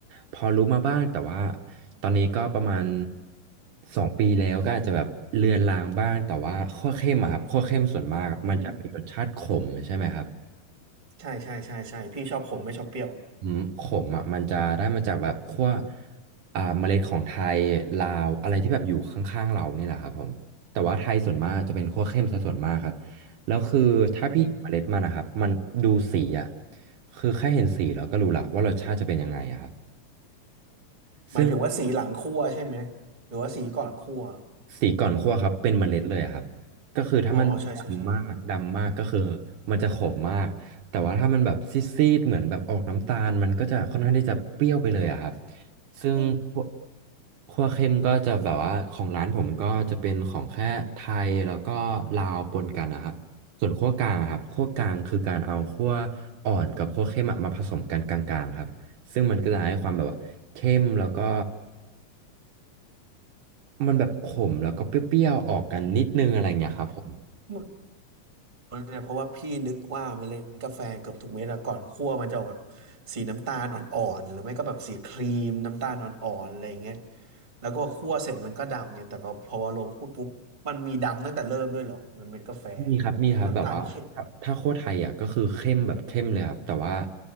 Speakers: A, on the right; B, on the right.
A: พอรู้มาบ้าง แต่ว่าตอนนี้ก็ประมาณสองปีแล้วก็อาจจะแบบเลือนลางบ้าง แต่ว่าคั่วเข้มอะครับคั่วเข้มส่วนมากมันจะมีรสชาติขมใช่ไหมครับ
B: อืมอืมใช่ใช่ใช่ใช่พี่ชอบขมไม่ชอบเปรี้ยว
A: อืมขมอ่ะมันจะได้มาจากแบบขั้วอ่าเมล็ดของไทยลาวอะไรที่แบบอยู่ข้างๆเราเนี่ยแหละครับผมแต่ว่าไทยส่วนมากจะเป็นขั้วเข้มซะส่วนมากครับแล้วคือถ้าพี่เห็นเมล็ดมันนะครับมันดูสีอ่ะ
B: อืม
A: คือแค่เห็นสีเราก็รู้ละว่ารสชาติจะเป็นยังไงอะครับ
B: หมายถึงว่าสีหลังคั่วใช่ไหม
A: ซึ่ง
B: หรือว่าสีก่อนคั่ว
A: สีก่อนคั่วครับเป็นเมล็ดเลยอะครับก็คือถ้ามันแบบดำมากดำมากก็คือ
B: อ๋ออ๋อใช่ใช่ใช่เออเออ
A: มันจะขมมากแต่ว่าถ้ามันแบบซีดๆเหมือนแบบออกน้ำตาลมันก็จะค่อนข้างที่จะเปรี้ยวไปเลยอะครับซึ่งคั่ว
B: อืม
A: คั่วเข้มก็จะแบบว่าของร้านผมก็จะเป็นของแค่ไทยแล้วก็ลาวปนกันนะครับส่วนคั่วกลางอะครับคั่วกลางคือการเอาคั่วอ่อนกับคั่วเข้มอะมาผสมกันกลางๆครับซึ่งมันก็จะให้ความแบบว่าเข้มแล้วก็ มันแบบขมแล้วก็เปรี้ยวๆออกกันนิดนึงอะไรเงี้ยครับผม
B: เหมือนเนี่ยเพราะว่าพี่นึกว่าเมล็ดกาแฟเกือบทุกเม็ดอะก่อนคั่วมันจะออกแบบสีน้ำตาลอ่อนๆหรือไม่ก็แบบสีครีมน้ำตาลอ่อนๆอะไรอย่างเงี้ยแล้วก็คั่วเสร็จมันก็ดำเนี่ยแต่พอพอเราพูดปุ๊บมันมีดำตั้งแต่เริ่มด้วยเหรอมันเม็ดกาแฟอย่างเงี้ยน้ำตาลเข้
A: มีครับมีครับแบบว่าครับถ้าโคชไทยอ่ะก็คือเข้มแบบเข้มเลยครับแต่ว่า